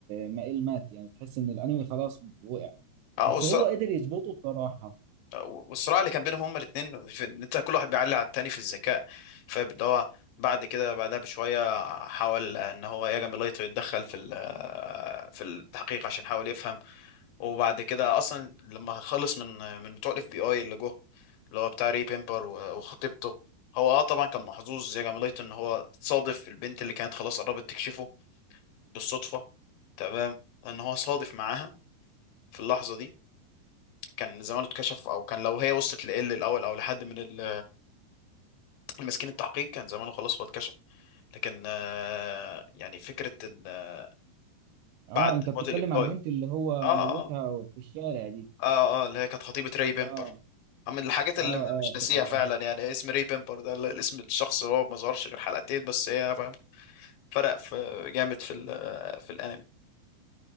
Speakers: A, on the right; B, on the left.
A: ما إيل مات يعني تحس ان الانمي خلاص وقع
B: اه
A: بس
B: والص-
A: هو قدر يظبطه بصراحة
B: والصراع اللي كان بينهم هما الاثنين في ان انت كل واحد بيعلي على التاني في الذكاء فاللي هو بعد كده بعدها بشويه حاول ان هو ياجامي لايتو يتدخل في ال- في التحقيق عشان يحاول يفهم وبعد كده اصلا لما خلص من من بتوع الاف بي اي اللي جه اللي هو بتاع ري بيمبر و- وخطيبته هو اه طبعا كان محظوظ ياجامي لايتو ان هو صادف البنت اللي كانت خلاص قربت تكشفه بالصدفه تمام ان هو صادف معاها في اللحظه دي كان زمانه اتكشف او كان لو هي وصلت لإل الاول او لحد من ال- المسكين التحقيق كان زمانه خلاص هو اتكشف لكن آه، يعني فكرة إن آه،
A: اه
B: بعد
A: انت بتتكلم
B: موت الاف بي
A: على
B: آي
A: البنت اللي هو
B: اه
A: موتها
B: اه
A: في الشارع دي
B: اه اه اللي هي كانت خطيبة ري بيمبر
A: اه
B: من الحاجات
A: اه
B: اللي
A: اه
B: مش
A: افتكرتها
B: ناسيها فعلا يعني اسم ري بيمبر ده اللي- الاسم الشخص اللي هو ما ظهرش غير حلقتين بس هي فاهم فرق في جامد في ال- في الانمي